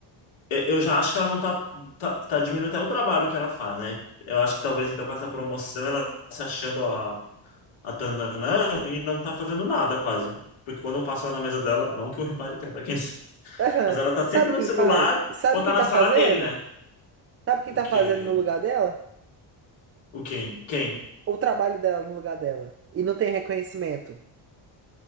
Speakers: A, on the left; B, on the right.
A: Eu eu já acho que ela não tá, tá, tá diminuindo até o trabalho que ela faz, né? Eu acho que talvez então com essa promoção ela tá se achando a, a Tandanã e não tá fazendo nada quase. Porque quando eu passo lá na mesa dela, não que eu repare tanto, é que- <laughs>
B: Aham.
A: mas ela tá
B: Sabe
A: sempre no
B: quem
A: celular
B: faz? Sabe
A: ou tá
B: quem
A: na
B: tá
A: sala
B: fazendo?
A: dele, né?
B: Sabe quem
A: O
B: tá
A: quê?
B: fazendo no lugar dela?
A: O quem? Quem?
B: O trabalho dela no lugar dela. E não tem reconhecimento.